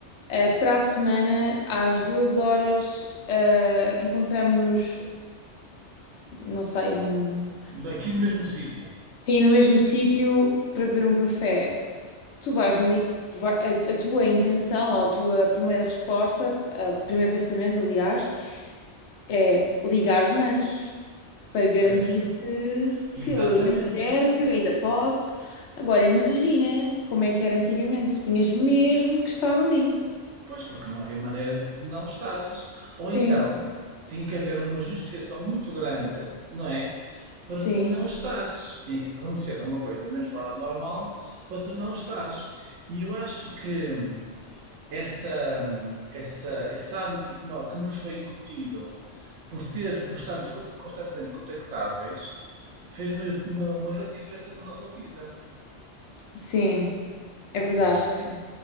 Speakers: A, on the left (about 70°); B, on the right (about 85°).
A: eh, para a semana, às duas horas, eh, encontramos-nos, não sei, num.
B: Aqui no mesmo sítio.
A: Sim, no mesmo sítio para beber um café. Tu vais-me ligar. A, a tua intenção ou a tua primeira resposta, o primeiro pensamento, aliás é ligar as mãos para garantir
B: Certo?
A: que,
B: Exatamente.
A: que eu ainda quero, que eu ainda posso. Agora imagina como é que era antigamente. Tinhas mesmo que estar ali.
B: Pois, porque não havia maneira de não estares. Ou então,
A: Sim,
B: tinha que haver uma justificação muito grande, não é? Para
A: sim,
B: tu não estares. Tinha que acontecer uma coisa menos fora do normal para tu não estares. E eu acho que. essa, essa, esse hábito que, nó- que nos foi incutido por ter, por estarmos constantemente contactáveis, fez uma, uma- uma grande diferença na nossa vida.
A: sim, é verdade.
B: Eu acho que sim.